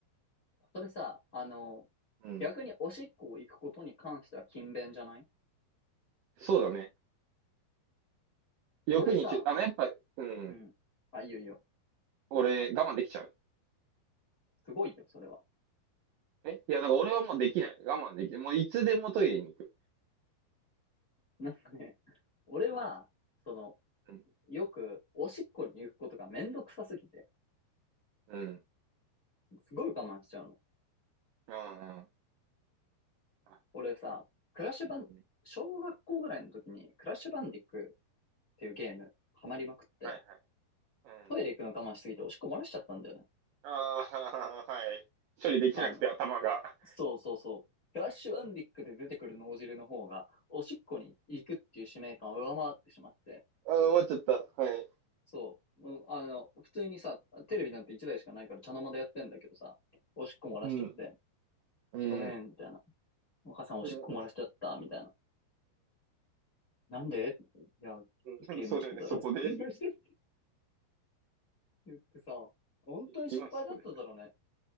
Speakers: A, on the left (about 85°); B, on the right (about 80°).
A: それさ、あの、
B: うん。
A: 逆におしっこを行くことに関しては勤勉じゃない
B: そうだね。欲にちゅ、
A: 俺さ、
B: あの、やっぱ、うん。
A: うん。あ、いいよいいよ。
B: 俺、我慢できちゃう。
A: すごいよ、それは。
B: えいや、だから俺はもうできない。我慢できる。もういつでもトイレに行く。
A: なんかね、俺は、その、
B: うん。
A: よく、おしっこに行くことがめんどくさすぎて、
B: うん。
A: すごい我慢しちゃうの。
B: うんうんあ
A: 俺さ、クラッシュバン、
B: うん
A: 小学校ぐらいの時に、クラッシュバンディックっていうゲーム、ハマりまくって、
B: はいはい。うん。
A: トイレ行くの我慢しすぎておしっこ漏らしちゃったんだよね。
B: ああ、<laughs> はい。処理できなくて頭が。
A: あの、
B: あ
A: そうそうそう。フラッシュアンディックで出てくる脳汁の方が、おしっこに行くっていう使命感を上回ってしまって、
B: あ、終わっちゃった。はい。
A: そう、もうあの、普通にさ、テレビなんて一台しかないから茶の間でやってんだけどさ、おしっこ漏らしちゃって、
B: うん。うん。
A: ごめん、みたいな。お母さんおしっこ漏らしちゃった、
B: うん。
A: みたいな。なんでいや、
B: うん。<laughs>
A: ゲームしてたら、
B: そうだよね。そこで。
A: <laughs> ゲームしてって言ってさ、本当に心配だっただろうね。
B: 今そこで。